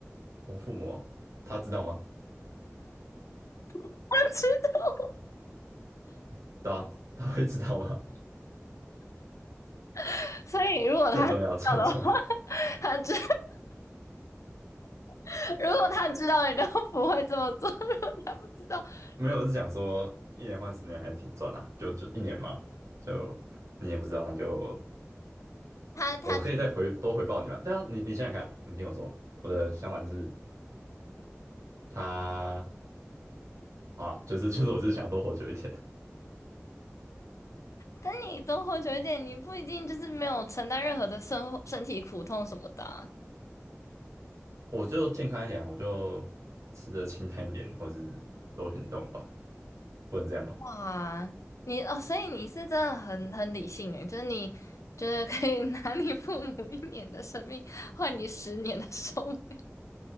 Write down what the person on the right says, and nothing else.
我父母哦他知道吗？
<laughs> 对啊，他会知道吗？
<laughs> 这很重要，这很重要。
没有，我是讲说一年换十年还挺赚的啊就就一年嘛，就你也不知道，那就
我可以再回多回报你嘛。对啊，你你想想看，你听我说，我的想法就是
他啊，就是就是我就是想多活久一点，
<laughs> 我就健康一点啊我就吃的清淡一点，或是多运动吧，不能这样吗？